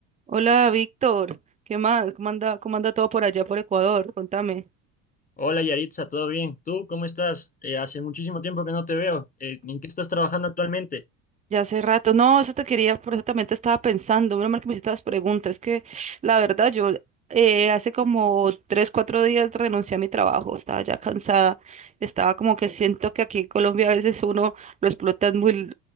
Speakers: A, on the right; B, on the left.
A: Hola, Víctor. ¿Qué más? ¿Cómo anda, cómo anda todo por allá por Ecuador? Contame.
B: Hola Yaritza, ¿todo bien? ¿Tú cómo estás? Eh, hace muchísimo tiempo que no te veo. Eh, ¿en qué estás trabajando actualmente?
A: Ya hace rato, no, eso te quería, por eso también te estaba pensando, menos mal que me hiciste las preguntas, es que la verdad yo eh, hace como tres, cuatro días renuncié a mi trabajo, estaba ya cansada, estaba como que siento que aquí en Colombia a veces uno lo explotan muy